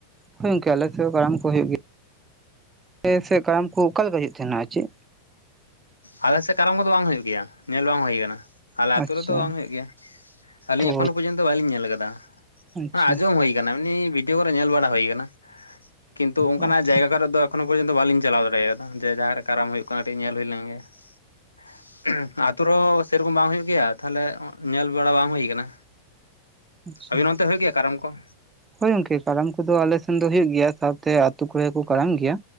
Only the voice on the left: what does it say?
ᱟᱞᱮ ᱥᱮᱜ ᱠᱟᱨᱟᱢ ᱠᱚᱫᱚ ᱵᱟᱝ ᱦᱳᱭᱳᱜ ᱜᱮᱭᱟ᱾ ᱧᱮᱞ ᱵᱟᱝ ᱦᱚᱭ ᱠᱟᱱᱟ᱾ ᱟᱞᱮ ᱟᱛᱩ
ᱨᱮᱫᱚ ᱵᱟᱝ ᱦᱩᱭᱩᱜ ᱜᱮᱭᱟ᱾ ᱟᱹᱞᱤᱧ
ᱮᱠᱷᱚᱱᱳ ᱯᱚᱨᱡᱚᱱᱛᱚ ᱵᱟᱞᱤᱧ ᱧᱮᱞ ᱟᱠᱟᱫᱟ᱾
ᱟᱱᱟ ᱟᱸᱡᱚᱢ ᱦᱩᱭ ᱠᱟᱱᱟ ᱮᱢᱱᱤ ᱵᱷᱤᱰᱭᱳ ᱠᱚᱨᱮ ᱧᱮᱞ ᱵᱟᱲᱟ ᱦᱳᱭ ᱠᱟᱱᱟ᱾ ᱠᱤᱱᱛᱩ ᱚᱱᱠᱟ
ᱱᱟᱜ ᱡᱟᱭᱜᱟ ᱠᱚᱨᱮᱜ ᱫᱚ ᱮᱠᱷᱚᱱᱚ ᱯᱚᱨᱡᱚᱱᱛᱟ ᱵᱟᱞᱤᱧ ᱪᱟᱞᱟᱣ ᱫᱟᱲᱮᱭ ᱠᱟᱫᱟ ᱡᱮ ᱡᱟᱦᱟᱸ ᱨᱮ ᱠᱟᱨᱟᱢ ᱦᱩᱭᱩᱜ ᱠᱟᱱᱟ ᱠᱟᱹᱴᱤᱡ ᱧᱮᱞ ᱦᱩᱭ ᱞᱮᱱ ᱜᱮ᱾ <unintelligible> ᱛᱩ ᱨᱮᱦᱚᱸ ᱥᱮ ᱨᱚᱠᱚᱢ ᱵᱟᱝ ᱦᱳᱭᱳᱜ ᱜᱮᱭᱟ, ᱛᱟᱦᱚᱞᱮ ᱚᱸᱜ ᱧᱮᱞ ᱵᱟᱲᱟ ᱵᱟᱝ ᱦᱩᱭ ᱠᱟᱱᱟ᱾
ᱟᱵᱤᱱ ᱚᱱᱛᱮ ᱦᱚᱭᱩᱜ ᱜᱮᱭᱟ ᱠᱟᱨᱟᱢ ᱠᱚ?